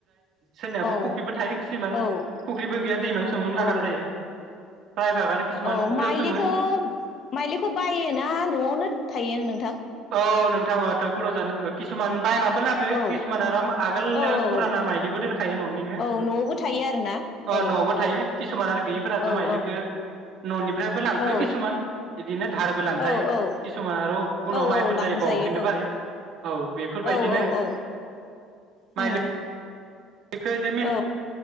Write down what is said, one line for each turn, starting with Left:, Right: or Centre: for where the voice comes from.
Right: सोरनियाबा
Left: औ
Right: फुख्रिबो थायो खिसुमान
Left: औ
Right: फुख्रिबो गैया दैमायाव सोमनो नागार
Left: औ
Right: जायो प्राय भागानो किसुमान
Left: औ
Right: फुख्रियाव
Left: माइलिखौ
Right: सोमो
Left: माइलिखौ बायो ना न'आवनो थायो नोंथां
Right: औ नोंथाङा टयपुराव जानो किसुमान बायना थेवल्बाबो
Left: औ
Right: किसुमान आरो आगोलनो
Left: औ औ
Right: फुराना
Left: औ
Right: माइलिबो दोनखायो न'निनो
Left: औ न'आवबो थायो आरोना
Right: अ
Left: औ
Right: न'आवबो थायो किसुमान आरो गैयिफोराथ'
Left: औ
Right: माइलिखौ
Left: औ
Right: न'नि फ्रायबो लांथ'यो
Left: औ
Right: किसुमान बिदिनो धारबो लांजायो
Left: औ औ
Right: किसुमान आरो उनाव
Left: औ
Right: माइफोर
Left: औ लांजायो
Right: जायोबा हरफिननोबो
Left: औ
Right: हायो औ बेफोरबायदिनो
Left: औ औ औ उम
Right: माइलि बेखौ जे मेन
Left: औ